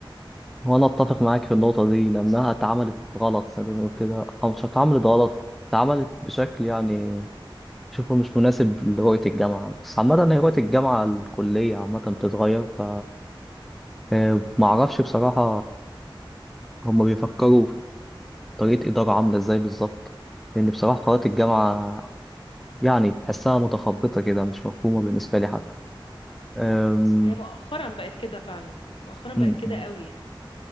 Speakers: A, in the centre; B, on the left.
A: وأنا أتفق معاك في النقطة دي لأنها اتعملت غلط زي ما بنقول كده أو مش اتعملت غلط اتعملت بشكل يعني شوفه مش مناسب لرؤية الجامعة بس عامة هي رؤية الجامعة الكلية عامة بتتغير ف آه، معرفش بصراحة هما بيفكروا طريقة إدارة عاملة إزاي بالظبط لأن بصراحة قرارات الجامعة يعني تحسها متخبطة كده مش مفهومة بالنسبة لي حتى أم...
B: هي مؤخرا بقت كده فعلا مؤخرا بقت
A: أم،
B: كده
A: أم.
B: قوي يعني